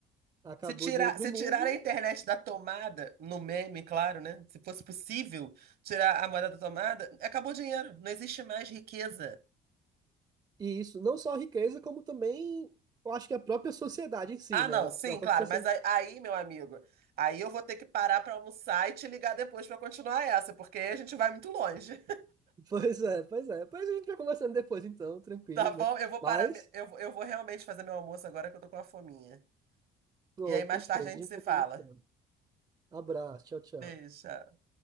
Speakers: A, on the right; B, on the right.
A: acabou
B: Se tirar,
A: o dinheiro do
B: se
A: mundo,
B: tirar a internet da tomada, no meme, claro, né? Se fosse possível tirar a moeda da tomada, acabou o dinheiro. Não existe mais riqueza.
A: e isso não só a riqueza, como também. Eu acho que a própria sociedade em si,
B: Ah,
A: né?
B: não,
A: A
B: sim,
A: própria
B: claro,
A: sociedade.
B: mas aí,
A: <laughs>
B: aí, meu amigo, aí eu vou ter que parar para almoçar e te ligar depois para continuar essa, porque aí a gente vai muito longe.
A: Pois é, pois é. Pois a gente vai conversando depois, então, tranquilo,
B: Tá bom?
A: né?
B: Eu vou
A: Mas,
B: parar. me- Eu, eu vou realmente fazer meu almoço agora que eu tô com a fominha.
A: pronto,
B: E aí mais
A: perfeito.
B: tarde a gente
A: A gente
B: se
A: vai
B: fala.
A: conversando. Abraço, tchau, tchau.
B: Beijo. tchau.